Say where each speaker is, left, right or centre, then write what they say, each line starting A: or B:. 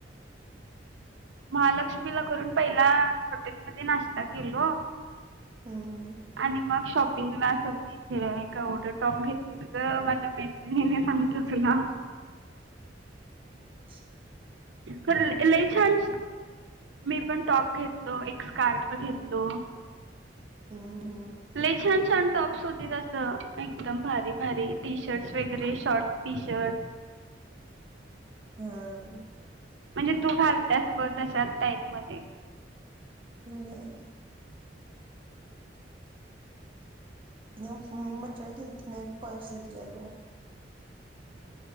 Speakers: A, on the right; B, on the right.
A: महालक्ष्मीला करून, पहिला हॉटेलमध्ये नाश्ता केलो.
B: हम्म
A: आणि मग, शॉपिंग ला सगळी इथे टर टॉप घेतली त ग माझ्या मैत्रिणीने सांगतो तुला
B: रीकाम आहे
A: खरं लय छान मी पण टॉप घेतलो एक स्कार्फ घेतलो
B: हम्म हम्म
A: ले छान छान टॉप्स होती तसं एकदम भारी भारी टी शर्टस वगैरे शॉर्ट टी शर्ट
B: हा.
A: म्हणजे तू घालतास प तशात टाईफ मध्ये
B: होय. ना मी मग ट्रय केली त ना एक पर्स घेतलेलो